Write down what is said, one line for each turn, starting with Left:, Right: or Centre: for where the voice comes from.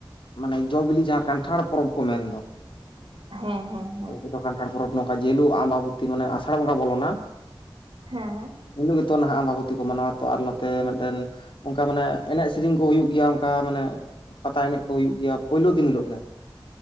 Left: ᱢᱟᱱᱮ ᱡᱚ ᱵᱤᱞᱤ ᱡᱟᱦᱟᱸ ᱠᱟᱸᱱᱴᱷᱟᱲ ᱯᱚᱨᱚᱵᱽ ᱠᱚ ᱢᱮᱱ ᱫᱚ᱾
Right: ᱦᱮᱸ ᱦᱮᱸ ᱦᱮᱸ
Left: ᱚᱠᱚᱭ ᱠᱚ ᱫᱚ ᱠᱟᱸᱱᱴᱷᱟᱲ ᱯᱚᱨᱚᱵᱽ ᱱᱚᱝᱠᱟ ᱡᱮᱦᱤᱞᱳᱜ ᱟᱸᱢᱵᱟᱸᱵᱚᱛᱤ ᱢᱟᱱᱮ ᱟᱥᱟᱲ ᱵᱚᱸᱜᱟ ᱵᱚᱞᱚᱱᱟᱼᱼ
Right: ᱦᱮᱸ
Left: ᱩᱱ ᱦᱤᱞᱳᱜ ᱜᱮᱛᱚ ᱱᱟᱦᱟᱜ ᱟᱸᱢᱵᱟᱸᱵᱚᱛᱤ ᱠᱚ ᱢᱟᱱᱟᱣᱟ ᱛᱚ ᱟᱨ ᱱᱚᱛᱮ ᱢᱤᱫᱴᱮᱱᱼᱼ ᱚᱝᱠᱟ ᱢᱟᱱᱮ ᱮᱱᱮᱡ ᱥᱮᱸᱨᱮᱸᱧ ᱠᱚ ᱦᱩᱭᱩᱜ ᱜᱮᱭᱟ ᱚᱱᱠᱟ ᱢᱟᱱᱮᱼᱼ ᱯᱟᱛᱟ ᱮᱱᱮᱡᱽ ᱠᱚ ᱦᱩᱭᱩᱜ ᱜᱮᱭᱟ ᱯᱳᱭᱞᱳ ᱫᱤᱱ ᱦᱤᱞᱳᱜ ᱜᱮ᱾